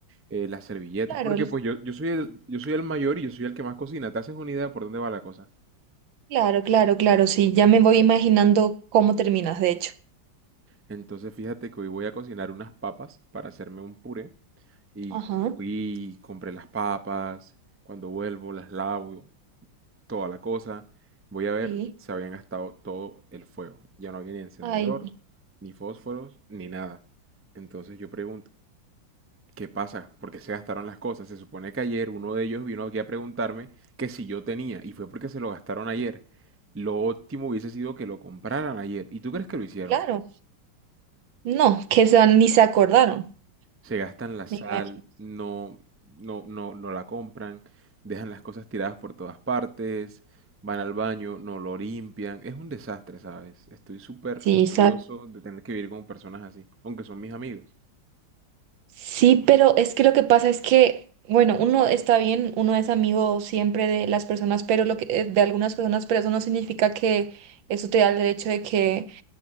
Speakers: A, on the right (about 20°); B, on the right (about 85°).
A: eh, las servilletas,
B: Claro,
A: porque
B: l-
A: pues yo, yo soy el, yo soy el mayor y yo soy el que más cocina. ¿Te haces una idea por dónde va la cosa?
B: claro, claro, claro, sí. Ya me voy imaginando cómo terminas, de hecho.
A: Entonces fíjate que hoy voy a cocinar unas papas para hacerme un puré y
B: Ajá,
A: fui, compré las papas, cuando vuelvo las lavo, toda la cosa. Voy a ver,
B: sí.
A: se habían gastado todo el fuego. Ya no había ni encendedor,
B: Ay,
A: ni fósforos, ni nada. Entonces yo pregunto, ¿Qué pasa? ¿Por qué se gastaron las cosas? Se supone que ayer uno de ellos vino aquí a preguntarme que si yo tenía, y fue porque se lo gastaron ayer. Lo óptimo hubiese sido que lo compraran ayer. ¿Y tú crees que lo hicieron?
B: claro. No, que se, ni se acordaron,
A: Se gastan la sal,
B: me imagino.
A: no, no, no, no la compran, dejan las cosas tiradas por todas partes, van al baño, no lo limpian. Es un desastre, ¿sabes? Estoy súper
B: Sí,
A: furioso
B: ¿sabes?
A: de tener que vivir con personas así, aunque son mis amigos.
B: Sí, pero es que lo que pasa es que, bueno, uno está bien, uno es amigo siempre de las personas, pero lo que, eh, de algunas personas, pero eso no significa que eso te da el derecho de que,